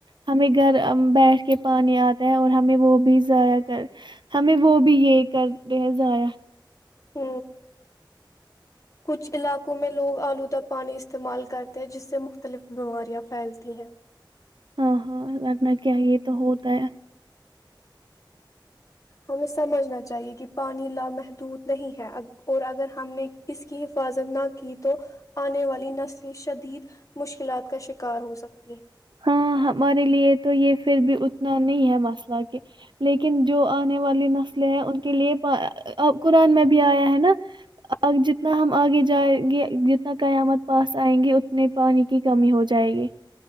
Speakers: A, on the right; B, on the left.
A: ہمیں گھر بیٹھ کے پانی آتا ہے اور ہمیں وہ بھی ضائع کر ہمیں وہ بھی یہ کرتے ہیں ضائع
B: ہ کچھ علاقوں میں لوگ آلودہ پانی استعمال کرتے ہیں جس سے مختلف بیماریاں پھیلتی ہیں
A: ہاں ہاں لگنا کیا یہ تو ہوتا ہے
B: ہمیں سمجھنا چاہیے کہ پانی لامحدود نہیں ہے اور اگر ہم نے اس کی حفاظت نہ کی تو آنے والی نسل شدید مشکلات کا شکار ہو سکتا
A: ہاں ہمارے لیے تو یہ پھر بھی اتنا نہیں ہے مسئلہ کہ لیکن جو آنے والی نسلیں ہیں ان کے لیے اب قرآن میں بھی آیا ہے نا ا جتنا ہم آگے جائیں گے جتنا قیامت پاس آئیں گے اتنی پانی کی کمی ہو جائے گی